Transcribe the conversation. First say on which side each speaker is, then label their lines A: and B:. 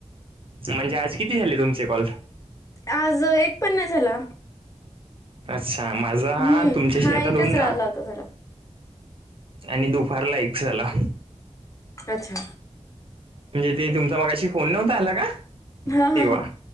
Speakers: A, on the right (about 50°); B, on the left (about 30°).
A: म्हणजे आज किती झाले तुमचे कॉल
B: आज एक पनण नाही झाला
A: अच्छा माझा
B: हम्म
A: हा तुमच्याशी
B: हा
A: आता
B: एकच
A: दोन
B: राहिला
A: ना
B: जरा
A: आणि दुपारला एक झाला
B: अच्छा
A: म्हणजे ते तुमचा मगाशी फोन नव्हता आला का
B: हा
A: तेव्हा
B: हा हा